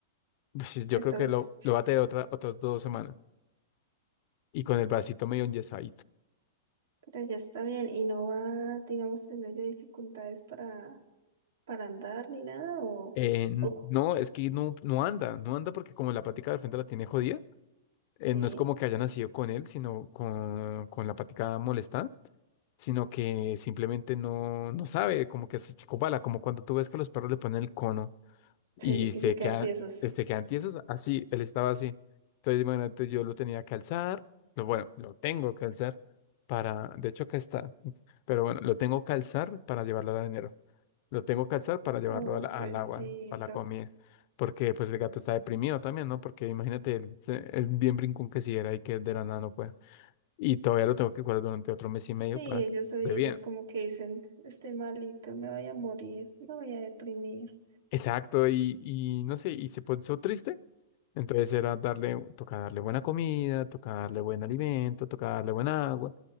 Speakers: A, on the left; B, on the right.
A: pues, yo
B: Estás
A: creo que lo, lo va a tener otra, otras dos semanas y con el bracito medio enyesado.
B: Pero ya está bien y no va, digamos, tener ya dificultades para, para andar ni nada o,
A: Eh, n-
B: o
A: no, es que no, no anda, no anda porque como la patica del frente la tiene jodida, eh,
B: sí,
A: no es como que haya nacido con él, sino con, con la patica molesta, sino que simplemente no, no sabe, como que se chicopala, como cuando tú ves que los perros le ponen el cono y
B: sí,
A: se
B: y se quedan
A: quedan,
B: tiesos.
A: eh, se quedan tiesos, así, él estaba así. Entonces, imagínate, yo lo tenía que alzar, lo- bueno, lo tengo que alzar para, de hecho acá está, pero bueno, lo tengo que alzar para llevarlo al dinero lo tengo que alzar para llevarlo
B: Oh,
A: al, al
B: pobrecito.
A: agua, para la comida. Porque pues el gato está deprimido también, ¿no? Porque imagínate el, el bien brincón que si era y que de la nada no pueda. Y todavía lo tengo que cuidar durante otro mes y medio
B: Sí,
A: para
B: ellos
A: que
B: hoy,
A: esté bien.
B: ellos como que dicen, estoy malito, me voy a morir, me voy a deprimir.
A: Exacto, y, y no sé, y se puso triste. Entonces era darle, toca darle buena comida, toca darle buen alimento, toca darle buen agua